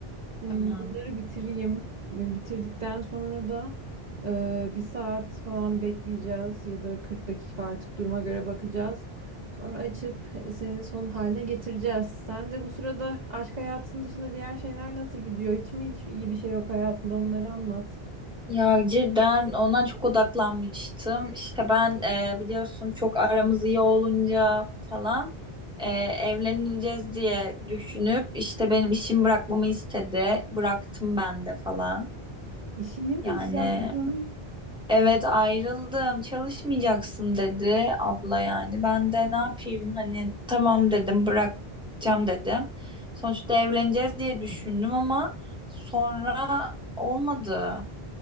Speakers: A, on the right; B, in the centre.
A: Hmm,
B: Tamam.
A: Bunları bitireyim. Bitirdikten sonra da e, bir saat falan bekleyeceğiz ya da 40 dakika artık duruma göre bakacağız. Sonra açıp e, senin son haline getireceğiz. Sen de bu sırada aşk hayatının dışında diğer şeyler nasıl gidiyor? Hiç mi hiç iyi bir şey yok hayatında? Onları anlat.
B: Ya cidden ondan çok odaklanmıştım. İşte ben e, biliyorsun çok aramız iyi olunca falan e, evleneceğiz diye düşünüp işte benim işimi bırakmamı istedi. Bıraktım ben de falan.
A: İşini mi
B: Yani
A: bıraktın?
B: evet ayrıldım çalışmayacaksın dedi abla yani. Ben de ne yapayım hani tamam dedim bırakacağım dedim. Sonuçta evleneceğiz diye düşündüm ama sonra olmadı.